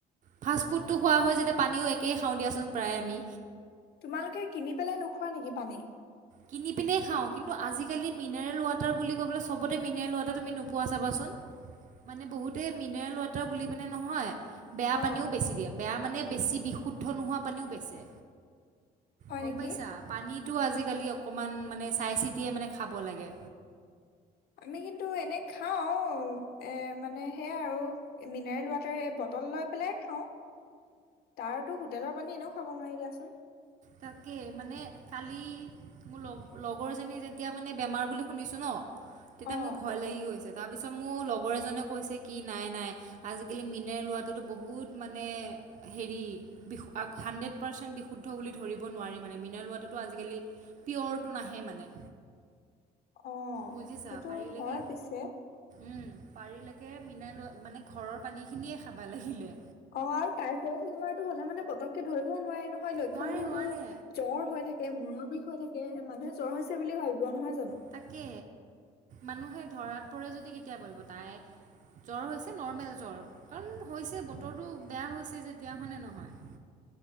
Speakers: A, on the right; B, on the left.
A: ফাষ্ট ফুডটো খোৱা হয় যেতিয়া পানীও একেই খাওঁ দিয়াচোন প্ৰায়ে আমি।
B: তোমালোকে কিনি পেলে নোখোৱা নেকি পানী?
A: কিনি পিনে খাওঁ কিন্তু আজিকালি মিনাৰেল ৱাটাৰ বুলি ক'ব পেলে চবতে মিনাৰেল ৱাটাৰ তুমি নোপোৱা চাবাচোন মানে বহুতে মিনাৰেল ৱাটাৰ বুলি পিনে নহয় বেয়া পানীও
B: অ',
A: বেচি দিয়ে। বেয়া মানে বেছি বিশুদ্ধ নোহোৱা পানীও বেচে।
B: হয়
A: গম
B: নেকি?
A: পাইছা পানীত <unintelligible> আজিকালি অকণমান মানে চাই চিতিয়ে মানে খাব লাগে।
B: আমি কিন্তু এনে খাও অ এ মানে সেয়াই আৰু মিনাৰেল ৱাটাৰ বটল লৈ পেলাই খাওঁ। তাৰতো হোটেলৰ পানী এনেও খাব নোৱাৰি দিয়া চোন।
A: তাকে মানে কালি মোৰ লগ লগৰজনী যেতিয়া মানে বেমাৰ বুলি শুনিছোঁ ন তেতিয়া
B: অ',
A: মোৰ ভয় লাগি গৈছে। তাৰপিছত মোৰ লগৰ এজনে কৈছে কি নাই নাই আজিকালি মিনাৰেল ৱাটাৰটো বহুত মানে হেৰি হাণ্ড্ৰেড পাৰ্চেণ্ট বিশুদ্ধ বুলি ধৰিব নোৱাৰি মানে মিনাৰেল ৱাটাৰটো আজিকালি পিৱৰটো নাহে মানে।
B: অঁ
A: বুজিছা
B: সেইটো
A: পাৰিলেকে
B: হয় পিছে
A: উম পাৰিলেকে মিনাৰেল, মানে ঘৰৰ পানীখিনিয়ে খাবা লাগিলে।
B: অঁ আৰু টাইফইদ বেমাৰতটো হলে মানে পতককে ধৰিবও নোৱাৰি হয়, লক্ষণ
A: নোৱাৰে
B: বোৰতো
A: নোৱাৰে
B: জ্বৰ হৈ থাকে, মূৰৰ বিষ হৈ থাকে। এ মানুহে জ্বৰ হৈছে বুলি ভাবিব, নহয় জানো
A: তাকে মানুহে ধৰাত পৰে যদি কেতিয়া পৰিব, তাই জ্বৰ হৈছে নৰ্মেল জ্বৰ কাৰণ হৈছে, বতৰটো বেয়া হৈছে যেতিয়া, হয়নে নহয়।